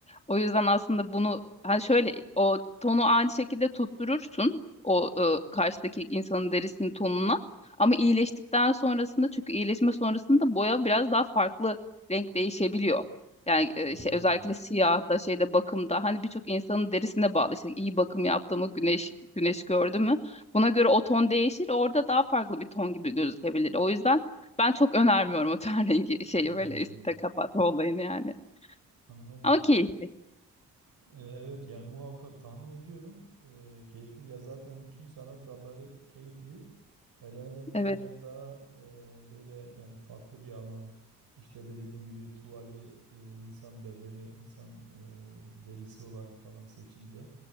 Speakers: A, on the left; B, on the right.
A: O yüzden aslında bunu hani şöyle o tonu aynı şekilde tutturursun o e, karşıdaki insanın derisinin tonuna. Ama iyileştikten sonrasında çünkü iyileşme sonrasında boya biraz daha farklı renk değişebiliyor. Yani e,
B: Anladım.
A: şey, özellikle siyah da şeyde bakımda hani birçok insanın derisine bağlı. İşte iyi bakım yaptı mı güneş güneş gördü mü? Buna göre o ton değişir. Orada daha farklı bir ton gibi gözükebilir. O yüzden ben çok önermiyorum o ten <laughs> rengi şeyi
B: Anladım.
A: böyle üstte kapatma olayını yani.
B: Anladım.
A: Ama keyifli.
B: Ee, evet yani muhakkak tahmin ediyorum ee, keyifli ya zaten bütün sanat dalları keyifli. Hele hele bu
A: Evet,
B: biraz daha e, böyle yani farklı bir alan. İşte dediğim gibi tuvali e, insan bedeni, insan e, derisi olarak falan seçince